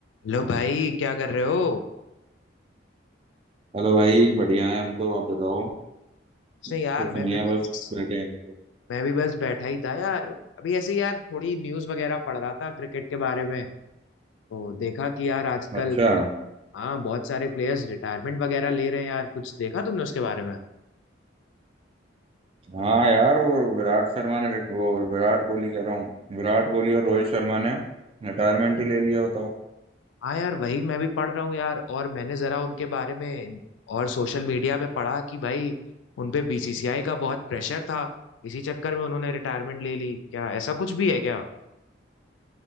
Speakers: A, on the left; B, on the right.
A: Hello भाई क्या कर रहे हो
B: Hello भाई बढ़िया है हम तो आप बताओ
A: कुछ नहीं
B: तो
A: यार
B: सुनिए
A: मैं भी
B: बस
A: बस
B: बैठे हैं हम तो।
A: मैं भी बस बैठा ही था यार अभी ऐसे ही यार थोड़ी न्यूज़ वगैरह पढ़ रहा था क्रिकेट के बारे में तो देखा कि यार आजकल
B: अच्छा
A: बड़े हाँ बहुत सारे प्लेयर्स रिटायरमेंट वगैरह ले रहे हैं यार कुछ देखा तुमने उसके बारे में
B: हाँ यार वो विराट शर्मा ने वो विराट कोहली कह रहा हूँ विराट कोहली और रोहित शर्मा ने रिटायरमेंट ही ले लिया बताओ
A: हाँ यार वही मैं भी पढ़ रहा हूँ यार और मैंने जरा उनके बारे में और सोशल मीडिया पे पढ़ा कि भाई उन पे बीसीसीआई का बहुत प्रेशर था इसी चक्कर में उन्होंने रिटायरमेंट ले ली क्या ऐसा कुछ भी है क्या